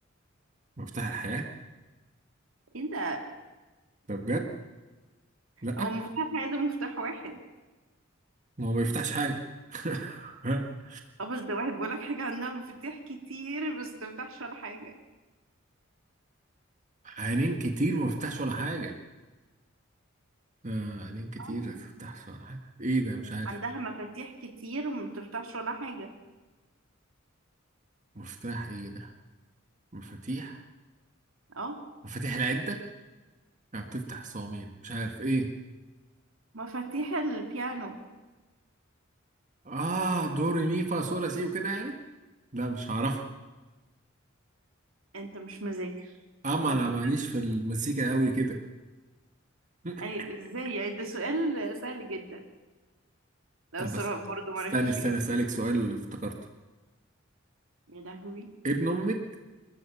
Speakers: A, on the right; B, on the right.
A: مفتاح الحياة
B: ايه ده
A: ده بجد لا
B: هو مفتاح حاجه ده مفتاح واحد
A: ما هو ما يفتحش حاجة <laughs>
B: اه بس ده واحد بيقول لك حاجه عندها مفاتيح كتير بس ما بتفتحش ولا حاجه
A: عينين كتير ما فتحش ولا حاجة آه عينين كتير
B: آه.
A: ما فتحش ولا حاجة ايه ده مش عارف
B: عندها مفاتيح كتير وما بتفتحش ولا حاجه
A: مفتاح ايه ده مفاتيح
B: اه
A: مفاتيح العدة ما بتفتح الصواميل مش عارف ايه
B: مفاتيح البيانو
A: اه دوري مي فا صول لا سي وكده يعني لا مش هعرفها
B: انت مش مذاكر
A: اما
B: ما
A: انا
B: انت
A: ماليش في المزيكا قوي كده <laughs>
B: ايوه ازاي يعني ده سؤال سهل جدا لو
A: طب
B: سراء
A: بس
B: برضه
A: استني
B: معرفتش
A: استني
B: اجابتها
A: اسألك سؤال اللي افتكرته
B: يا لهوي
A: ابن امك